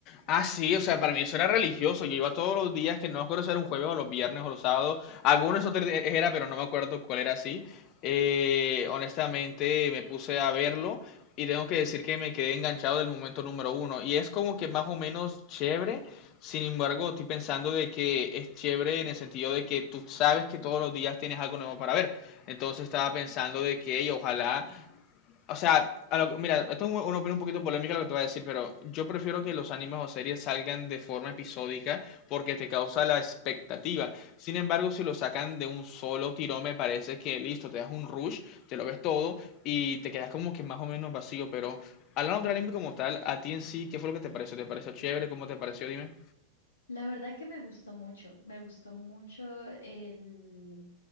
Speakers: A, on the left; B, on the left.
A: Ah, sí, o sea, para mí eso era religioso. Yo iba todos los días, que no me acuerdo si era un jueves o los viernes o los sábados. Algunos otros días era, pero no me acuerdo cuál era así. Eh, honestamente, me puse a verlo y tengo que decir que me quedé enganchado del momento número uno. Y es como que más o menos chévere. Sin embargo, estoy pensando de que es chévere en el sentido de que tú sabes que todos los días tienes algo nuevo para ver. Entonces estaba pensando de que "Ey, ojalá o sea, a lo- mira, esto es un- una opinión un poquito polémica lo que te voy a decir, pero yo prefiero que los animes o series salgan de forma episódica porque te causa la expectativa. Sin embargo, si lo sacan de un solo tirón, me parece que listo, te das un rush, te lo ves todo y te quedas como que más o menos vacío. Pero hablando del anime como tal, a ti en sí, ¿qué fue lo que te pareció? ¿Te pareció chévere? ¿Cómo te pareció? Dime.
B: La verdad que me gustó mucho, me gustó mucho el,